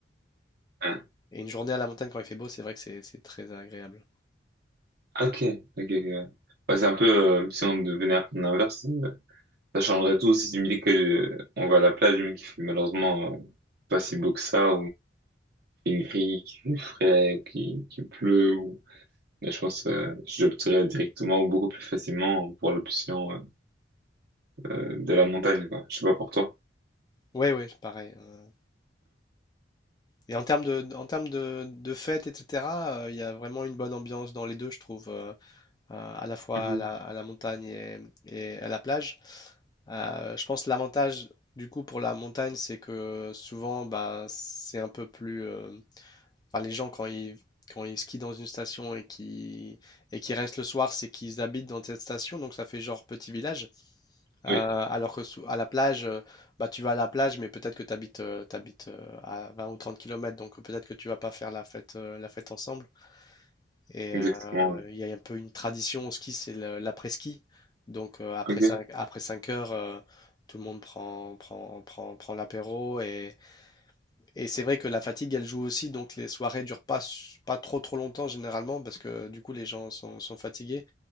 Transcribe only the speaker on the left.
et, et une journée à la montagne quand il fait beau, c'est vrai que c'est, c'est très agréable.
Oui, oui, pareil. euh. Et en termes de, en termes de, de fêtes, etc., euh, il y a vraiment une bonne ambiance dans les deux, je trouve, euh, euh, à la fois
à la, à la montagne et, et à la plage. Euh, je pense que l'avantage du coup pour la montagne, c'est que souvent, bah, c'est un peu plus. euh, Enfin, les gens quand ils quand ils skient dans une station et qui et qui restent le soir, c'est qu'ils habitent dans cette station, donc ça fait genre petit village. Euh,
alors que sou- à la plage, euh, bah, tu vas à la plage, mais peut-être que tu habites, à 20 ou 30 km, donc peut-être que tu vas pas faire la fête, euh, la fête ensemble. Et
euh, euh,
Il y a un peu une tradition au ski, c'est le- l'après-ski. Donc euh, après
5 après 5 heures, euh, tout le monde prend, prend, prend, prend l'apéro. Et, et c'est vrai que la fatigue, elle joue aussi. Donc les soirées durent pas, su- pas trop trop longtemps généralement parce que du coup les gens sont, sont fatigués.